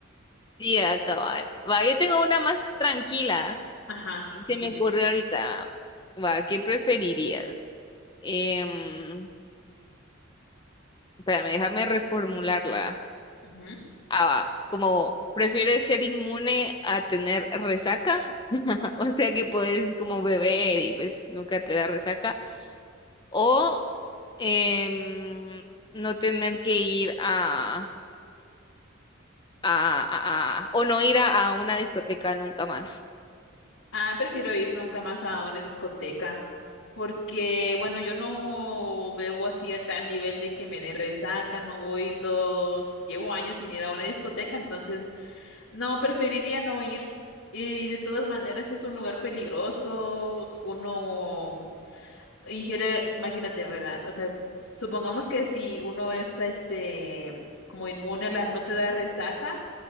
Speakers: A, on the left; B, on the left.
A: Sí, ah, cabal. Va, yo tengo una más tranquila.
B: Ajá,
A: Se
B: dime.
A: me ocurre ahorita. Va, ¿qué preferirías? Em, espérame, déjame reformularla.
B: Ujú.
A: a, como prefieres ser inmune a tener resaca, <laughs> o sea que puedes como beber y pues nunca te da resaca, o em, no tener que ir a, a, a- a- o no ir a, a una discoteca nunca más.
B: Ah, prefiero ir nunca más a una discoteca. Porque, bueno, yo no bebo así a tal nivel de que me dé resaca, no voy todos, llevo años sin ir a una discoteca, entonces no, preferiría no ir. Y de todas maneras es un lugar peligroso, uno ingiere, imagínate, ¿verdad? O sea, supongamos que si uno es este como inmune a la, no te da resaca,